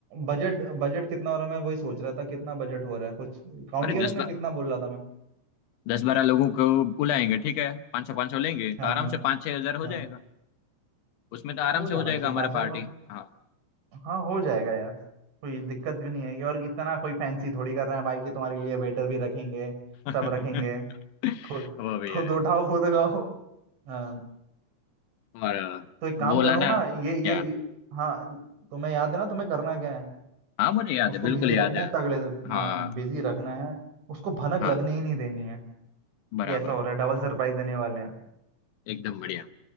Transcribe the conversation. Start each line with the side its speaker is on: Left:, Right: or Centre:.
Right: बजट बजट कितना हो रहा है मैं वही सोच रहा था कितना बजट हो रहा है कुछ काउंट
Left: अरे
Right: किया
Left: दस
Right: तुमने
Left: बा,
Right: कितना बोल रहा था मैं
Left: दस बारह लोगों को बुलाएंगे ठीक है पाँच सौ पाँच सौ लेंगे तो
Right: हाँ
Left: आराम
Right: हाँ
Left: से पाँच छह हजार
Right: हाँ
Left: हो जाएगा उसमें तो आराम
Right: हो
Left: से
Right: जाना
Left: हो जाएगा
Right: चाहिए
Left: हमारा
Right: पाँच हजार
Left: पार्टी
Right: में
Left: हाँ
Right: हाँ हो जाएगा यार कोई दिक्कत भी नहीं आएगी और इतना कोई फैंसी थोड़ी कर रहे हैं भाई कि तुम्हारे लिए वेटर भी रखेंगे
Left: <laughs>
Right: सब रखेंगे खुद
Left: वो भी
Right: खुद
Left: है
Right: उठाओ खुद खाओ हाँ
Left: और
Right: तो एक काम
Left: वो वाला
Right: कर रहा
Left: ना
Right: हूँ ना ये ये
Left: क्या
Right: ये- हाँ तुम्हें याद है ना तुम्हें करना क्या है
Left: हाँ मुझे याद
Right: उसको
Left: है बिल्कुल
Right: बिजी
Left: याद
Right: रखना
Left: है
Right: है तगड़े से
Left: हाँ
Right: हाँ बिजी रखना है उसको भनक
Left: हाँ
Right: लगने ही नहीं देनी है कि
Left: बराबर
Right: ऐसा हो रहा है डबल सरप्राइज देने वाले हैं
Left: एकदम बढ़िया